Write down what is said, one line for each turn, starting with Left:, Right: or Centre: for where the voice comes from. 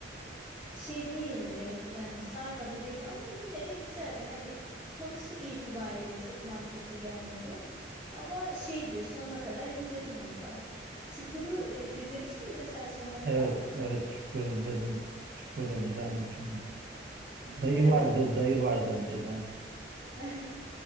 Centre: şey değildi yani sarmadı beni ama yine de güzeldi. Hani konusu itibariyle çok mantıklı gelmedi. Ama şeydi sonuna kadar izledim onu da. Çukur'u e, izlemiş miydin sen sonuna kadar?
Right: Evet. Evet. Çukur izledim. Çukur da güzel bir filmdi.
Centre: Güzeldi.
Right: Dayı vardı, dayı vardı önceden.
Centre: <laughs>